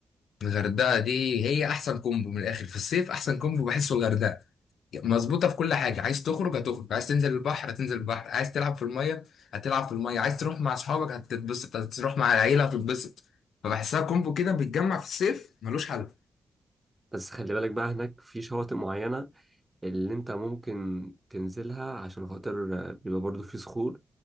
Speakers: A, on the left (about 85°); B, on the right (about 15°).
A: الغردقة دي هي احسن كومبو من الاخر في الصيف احسن كومبو بحسه الغردقة مظبوطه في كل حاجه عايز تخرج هتخرج عايز تنزل البحر هتنزل البحر عايز تلعب في الميه هتلعب في الميه عايز تروح مع اصحابك هتتبسط هتروح مع العيله هتتبسط فبحسها كومبو كده بيتجمع في الصيف ملوش حل
B: بس خلي بالك بقى هناك في شواطئ معينة اللي انت ممكن تنزلها عشان خاطر آه، بيبقى برضو في صخور